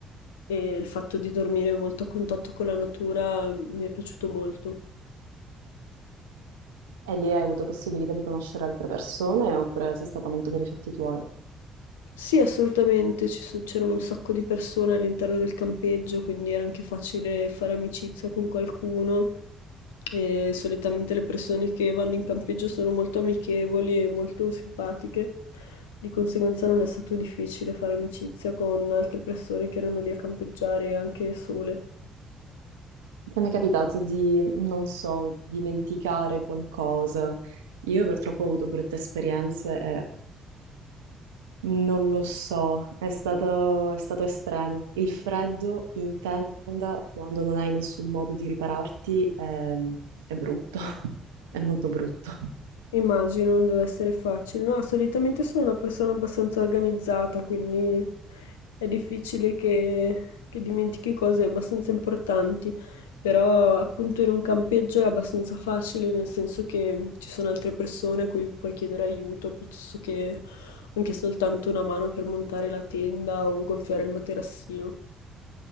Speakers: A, on the left; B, on the right.
A: e il fatto di dormire molto a contatto con la natura mi è piaciuto molto.
B: E lì hai avuto possibilità di conoscere altre persone oppure sei stata molto per i fatti tuoi?
A: Sì, assolutamente, ci so- c'erano un sacco di persone all'interno del campeggio, quindi era anche facile fare amicizia con qualcuno. E solitamente le persone che vanno in campeggio sono molto amichevoli e molto simpatiche, di conseguenza non è stato difficile fare amicizia con altre persone che erano lì a campeggiare anche sole.
B: Ti è mai capitato di, non so, dimenticare qualcosa? Io purtroppo ho avuto brutte esperienze e non lo so, è stato, è stato estremo. Il freddo in tenda, quando non hai nessun modo di ripararti, è, è brutto, <laughs> è molto brutto.
A: Immagino, non deve essere facile. No, solitamente sono una persona abbastanza organizzata, quindi È difficile che, che dimentichi cose abbastanza importanti, però appunto in un campeggio è abbastanza facile, nel senso che ci sono altre persone a cui puoi chiedere aiuto, piuttosto che anche soltanto una mano per montare la tenda o gonfiare il materassino.